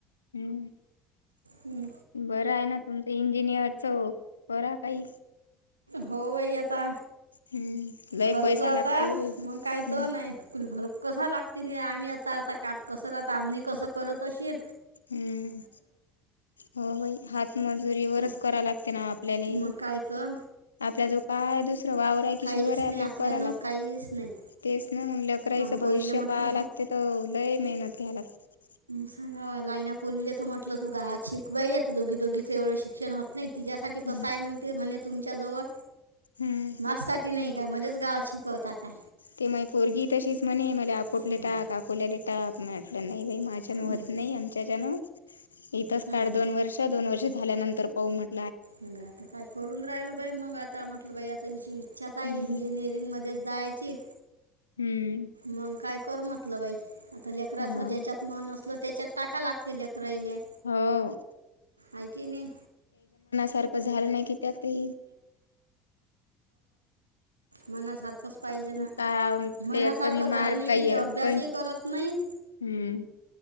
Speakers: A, on the left; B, on the right.
A: हम्म.
B: हं,
A: बरं हाय ना. तुमच इंजिनिअर च बरा काही
B: हो भाई आता.
A: हम्म लय
B: खर्च
A: पैसा लागते
B: आता
A: हो बाई
B: मग काही
A: हम्म
B: त नाही कुल भर कसा ला -- तिने आम्ही आता आता काठ कसंर आम्ही कसं करूत तशी
A: हम्म. हो बाई हा. मजुरी वरच
B: हं,
A: करा लागते ना आपल्याला
B: मग काय तर
A: आपला जो काय दुस त वावरराय की
B: काहीच
A: शिवराय
B: नाही
A: आपल्याला
B: आपल्याजवळ
A: करायला.
B: काहीच नाही
A: तेच ना मग लकराईचं
B: हं, पोरीला
A: भविष्य
B: म्हटलं
A: पाहा लागते तर लय मेहनत घ्याय लाग --
B: सांगा लाईना पुरली तर म्हटलं तु ग आज शिकय आता दोघी दोघीचं एवढं शिक्षण होत नाहीत. तिच्यासाठी
A: लागते
B: कसं आहे म्हणते म्हणे तुमच्याजवळ
A: हम्म
B: मास्साठी नाही का? मलाच गावात शिकवता काय?
A: ते मग पोरगी तशीच म्हणे म अकोटले
B: सांगावा
A: टाक अकोल्याले टाक म आटलं नाही बाई म -- माच्या होत
B: हं,
A: नाही आमच्यान इथच
B: हं.
A: काळ दोन वर्ष दोन वर्ष झाल्यानंतर पाऊ म्हट
B: मग आता काय करून राहिल बाई मग आता म्हटलं बाई आता ह इच्छाच आहे
A: हम्म
B: इंजिनिअरिंग मध्ये जायची
A: हम्म
B: मग काय कर म्हटलं बाई -- आता लेकराच
A: हा
B: ज्याच्यात मन असल त्याच्यात टाका लागते ले कराहिले.
A: हो
B: ऐ की नाही.
A: तरखं झालं नाही की त्यातही
B: मनासारखं -- पाहिजे
A: का
B: ना.
A: त्याच्यात
B: मनासारखं
A: कमी मार्क
B: झालं नाही
A: काही
B: कि ते
A: आहे
B: अभ्यासही
A: पण
B: करत नाही.
A: हम्म.